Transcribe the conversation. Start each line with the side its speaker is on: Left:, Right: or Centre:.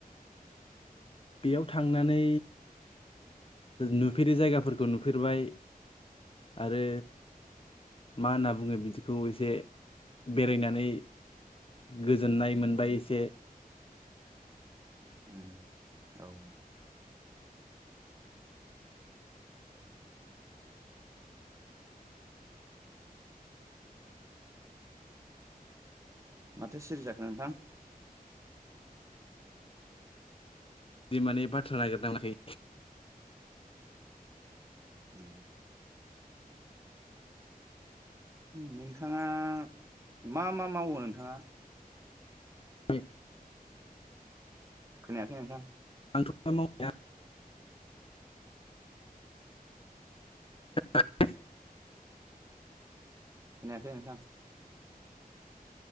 Left: बेयाव थांनानै नुफेरै जायगाफोरखौ नुफेरबाय आरो मा होनना बुङो बिदिखौ एसे बेरायनानै गोजोननाय मोनबाय एसे
Right: उम औ औ माथो सिरि जाखो नोंथां
Left: बिदि माने बाथ्रा नागिरना मोनाखै
Right: उम नोंथाङा मा मा मावो नोंथाङा?
Left: <unintelligible>
Right: खोनायाखै नोंथां
Left: <unintelligible> मावनाया <unintelligible>
Right: खोनायाखै नोंथां